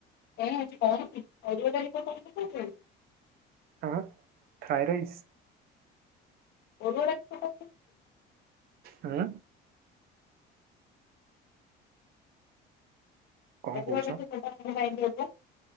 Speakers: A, on the left; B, on the right.
A: କଣ ହେଉଚି କଣ ଅରୁଆ <unintelligible>
B: ହଁ ଥାଇ ରାଇସ୍?
A: <unintelligible>
B: ହୁଁ। କଣ
A: ଅରୁଆ
B: କୋଉଚ?
A: ଡାଲି ପକାଉଚନ୍ତି କାହିଁକି ହବ